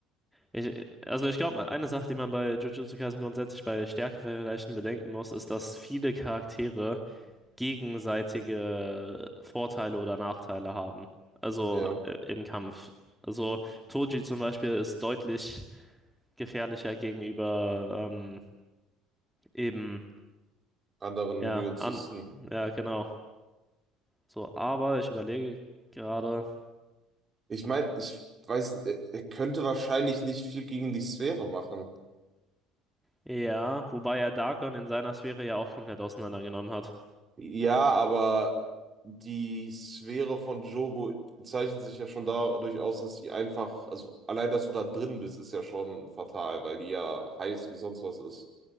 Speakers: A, in the centre; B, on the right.
A: Ich, also ich glaube, eine Sache, die man bei Jujutsu Kaisen grundsätzlich bei Stärkevergleichen bedenken muss, ist, dass viele Charaktere gegenseitige Vorteile oder Nachteile haben. Also
B: Ja,
A: äh, im Kampf. Also Toji zum Beispiel ist deutlich gefährlicher gegenüber ähm, eben,
B: anderen
A: ja,
B: Jujutsusten.
A: an, ja, genau. So, aber ich überlege gerade.
B: Ich meine, ich weiß, n- er er könnte wahrscheinlich nicht viel gegen die Sphäre machen.
A: Ja, wobei er Darkon in seiner Sphäre ja auch komplett auseinandergenommen hat.
B: Ja, aber die Sphäre von Jogo zeichnet sich ja schon dadurch aus, dass sie einfach, also allein, dass du da drin bist, ist ja schon fatal, weil die ja heiß wie sonst was ist.